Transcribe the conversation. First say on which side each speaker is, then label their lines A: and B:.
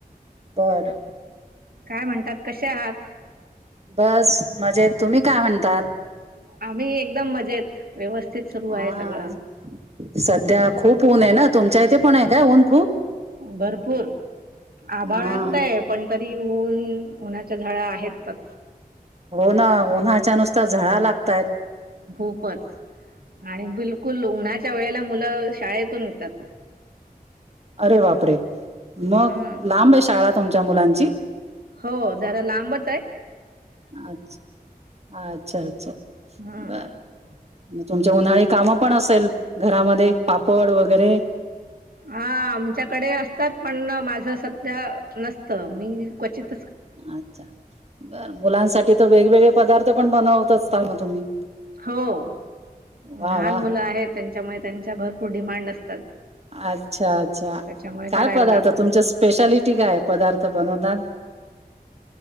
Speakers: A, on the right; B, on the right.
A: बर
B: काय म्हणतात कसे आहात
A: बस मजेत तुम्ही काय म्हणतात
B: आम्ही एकदम मजेत व्यवस्थित सुरू
A: हा
B: आहे सगळं
A: सध्या खूप ऊन आहे ना तुमच्या इथे पण आहे का ऊन खूप
B: भरपूर आभाळ
A: हा
B: असतय पण तरी ऊन झाळ आहेतच
A: हो ना उन्हाच्या नुसतार झळा लागतयत
B: खूपच आणि बिलकुल उन्हाच्या वेळेला मुला शाळेतून येतात
A: अरे वापरे मग
B: हम्म.
A: लांब आहे शाळ तुमच्या मुलांची
B: हो जरा लांबच हाय
A: अचछ अच्छा अच्छा
B: हम्म.
A: बर म तुमच्या उन्हाळी कामं पण असेल घरामध्ये पापड वगैरे
B: हा आमच्याकडे असतात पण माझ सध्या नसतं मी क्वचित
A: अच्छा बर मुलांसाठी तर वेग वगवेगळे पदार्थ पण बनवत असताल तुम्ही
B: हो
A: वा
B: लहान
A: वा
B: मुलं आहेत त्यांच्यामुळे त्यांच्या भरपूर डिमांड असता
A: अच्छा अच्छा
B: त्याच्यामुळे करायला
A: काय पदार्थ
B: लागतं.
A: तुमच्या स्पेशालिटी काय पदार्थ बनवता